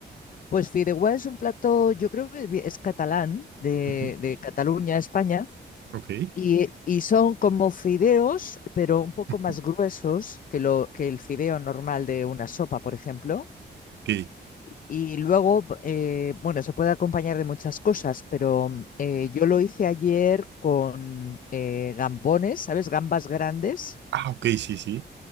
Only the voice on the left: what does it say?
Pues fideuá es un plato, yo creo que es catalán, de,
de Cataluña, España,
y, y son como fideos, pero un poco
más gruesos que, lo, que el fideo normal de una sopa, por ejemplo.
Y luego, eh, bueno, se puede acompañar de muchas cosas, pero mm, eh, yo lo hice ayer con eh, gambones, ¿sabes? Gambas grandes